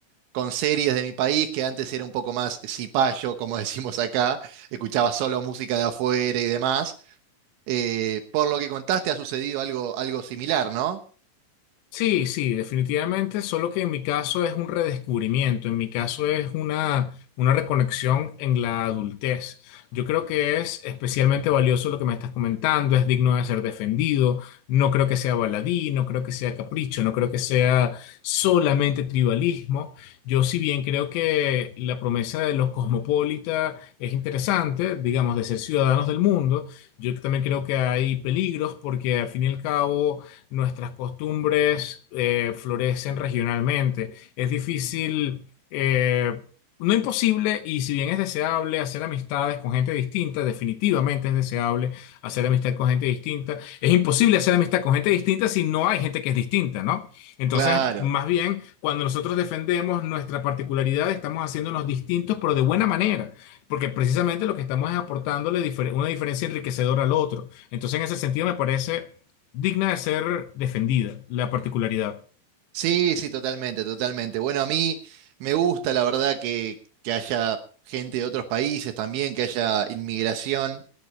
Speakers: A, on the right (about 85°); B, on the left (about 75°).
A: con series de mi país, que antes era un poco más cipayo, como <laughs> decimos acá, escuchaba solo música de afuera y demás. Eh, por lo que contaste, ha sucedido algo, algo similar, ¿no?
B: Sí, sí, definitivamente, solo que en mi caso es un redescubrimiento, en mi caso es una, una reconexión en la adultez. Yo creo que es especialmente valioso lo que me estás comentando, es digno de ser defendido, no creo que sea baladí, no creo que sea capricho, no creo que sea solamente tribalismo. Yo si bien creo que la promesa de los cosmopolitas es interesante, digamos, de ser ciudadanos del mundo, yo también creo que hay peligros porque al fin y al cabo nuestras costumbres eh, florecen regionalmente. Es difícil, eh, no imposible, y si bien es deseable hacer amistades con gente distinta, definitivamente es deseable hacer amistad con gente distinta, es imposible hacer amistad con gente distinta si no hay gente que es distinta, ¿no? Entonces,
A: Claro.
B: más bien, cuando nosotros defendemos nuestra particularidad, estamos haciéndonos distintos, pero de buena manera, porque precisamente lo que estamos es aportándole difer- una diferencia enriquecedora al otro. Entonces, en ese sentido, me parece digna de ser defendida, la particularidad.
A: Sí, sí, totalmente, totalmente. Bueno, a mí me gusta, la verdad, que, que haya gente de otros países también, que haya inmigración